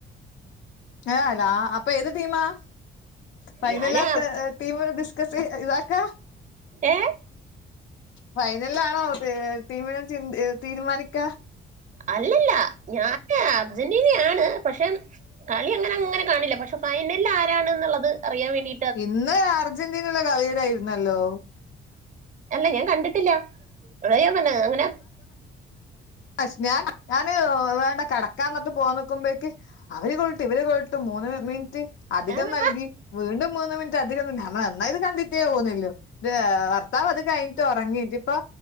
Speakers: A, on the left; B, on the right.
A: <unintelligible> അപ്പൊ ഏത് ടീമാ. ഫൈനലാ
B: ഞാന്
A: ത ടീമ് ഡിസ്കസ് ഇതാക്ക
B: ഏ
A: ഫൈനലിലാണോ ടീമിനെ ച് തീരുമാനിക്ക
B: അല്ലെല്ല ഞാന് അർജന്റീനയാണ് പഷെ കളി അങ്ങനെ അങ്ങനെ കാണില്ല പഷെ ഫൈനൽല് ആരാണെന്നുള്ളത് അറിയാൻ വേണ്ടി
A: ഇന്ന് അർജന്റീനളെ കളീടെ ആയിരുയിരുന്നല്ലോ
B: അല്ല ഞാൻ കണ്ടിട്ടില്ല <unintelligible> പറഞ്ഞ അങ്ങന
A: സ്നാ ഞാന് വേണ്ട കെടക്കാ ന്നിട്ട് പോകാനിക്കുമ്പോഴേക്ക് അവര് ഗോൾട്ട് ഇവര് ഗോൾട്ട് മൂന്ന് മിൻറ്റ് അധികം
B: ആഹ്
A: നൽകി വീണ്ടും മൂന്ന് മിനിറ്റ് അധികം നിന്ന് <unintelligible> എന്നാ ഇത് കണ്ടിട്ടേ പോവ്ന്നെള്ളു. ത് ഭർത്താവ് അത് കഴിഞ്ഞിട്ടൊറങ്ങി ഇതിപ്പൊ.